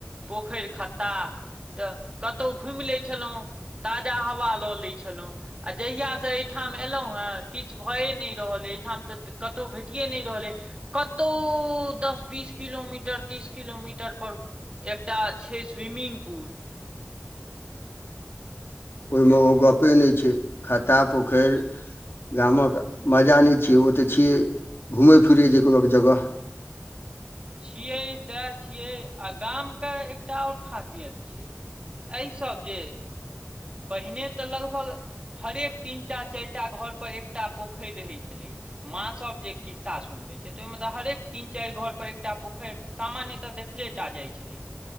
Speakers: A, on the right (about 25°); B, on the left (about 60°).
A: पोखर खत्ता तऽ कतो घुमि लैत छलहुँ ताजा हवा लऽ लैत छलहुँ आ जहियासँ एहिठाम एयलहुँ हेँ किछु भए नहि रहलइ एहिठाम तऽ कतो भेटियए नहि रहल कत तो दस बीस किलोमीटर तीस किलोमीटर पर एकटा छै स्विमिंग पुल
B: ओहिमे ओ गप्पे नहि छै खत्ता पोखर गामक मजा नहि छियै ओते छियै घूमे फिरै जेक बक जगह
A: छियै सएह छियै आ गामके एकटा आओर खासियत छियै एहि सब जे पहिने तऽ लगभग हरेक तीन टा चारि टा घर पर एकटा पोखरि रहे छलै माॅं सब जे खिस्सा सुन छै तऽ ओहिमे तऽ हरेक तीन चारि घर पर एकटा पोखरि सामान्य तऽ देखले टा जाइ छलै